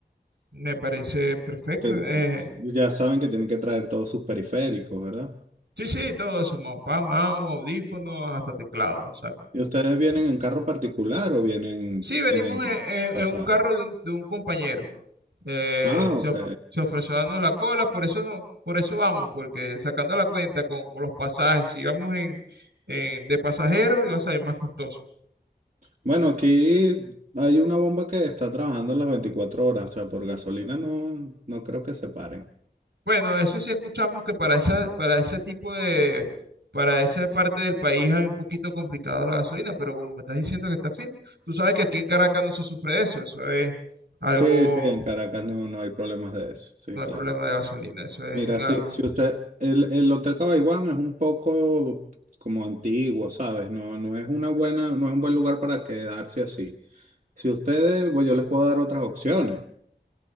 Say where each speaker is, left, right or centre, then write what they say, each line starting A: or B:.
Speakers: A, on the right; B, on the right.
A: me parece perfecto.
B: Te-
A: eh,
B: ya saben que tienen que traer todos sus periféricos, ¿verdad?
A: sí, sí, todo eso, mapa, mouse, audífonos, hasta teclado, exacto.
B: ¿Y ustedes
A: Ujú.
B: vienen en carro particular o vienen
A: Sí, venimos
B: en
A: en, en-
B: pasaje?
A: en un carro de un, de un compañero. Eh,
B: Ah,
A: se,
B: ok.
A: of- se ofreció a darnos la cola, por eso no, por eso vamos, porque sacando la cuenta con, con los pasajes, si vamos en, en- de pasajero, iba a salir más costoso.
B: Bueno, aquí hay una bomba que está trabajando las 24 horas, o sea, por gasolina no, no creo que se paren.
A: Bueno, eso sí escuchamos que para esa, para ese tipo de, para esa parte del país hay un poquito complicado la gasolina, pero como me estás diciendo que está fino, tú sabes que aquí en Caracas no se sufre de eso, eso es algo,
B: Sí, sí, en Caracas no, no hay problemas de eso, sí,
A: no hay
B: claro.
A: problema de gasolina, eso es
B: Mira,
A: algo
B: si, si usted, el, el Hotel Cabaiguán es un poco como antiguo, ¿sabes? No, no es una buena, no es un buen lugar para quedarse así. Si ustedes, pues yo les puedo dar otras opciones,